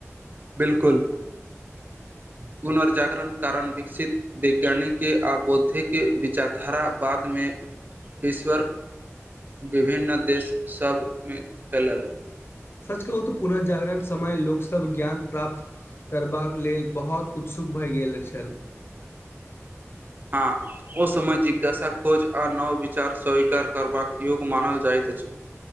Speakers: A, on the right; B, on the left.
A: बिलकुल पुनर्जागरण कारण विकसित वैज्ञानिके आ बौद्धिके विचारधारा बाद में विश्वर विभिन्न देश सभमें फैलल
B: सच कहू त पुनर्जागरण समय लोकसभ ज्ञान प्राप्त करबाक लेल बहुत उत्सुक भए गेल छल
A: <inaudible> हँ ओ समय जिज्ञासा खोज आ नव विचार स्वीकार करबाक योग मानल जाइत छी